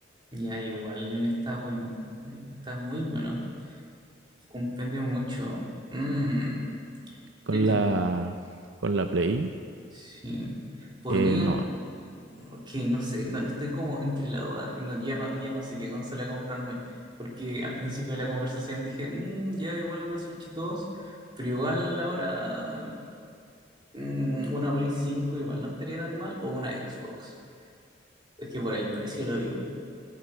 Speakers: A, on the right; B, on the right.
A: Ya, igual eh, está bueno. eh, Está muy bueno. Comprende mucho. Mm,
B: Con
A: creo que
B: la, con la Play,
A: sí. Podría.
B: eh, no,
A: no, que no sé, no, estoy como entre la duda, no, ya no, ya no sé qué consola comprarme, porque al principio de la conversación dije, "Mm, ya igual a una Switch 2 pero igual ahora mm, una Play 5 igual no estaría tan mal, o una Xbox, es que por el precio lo digo.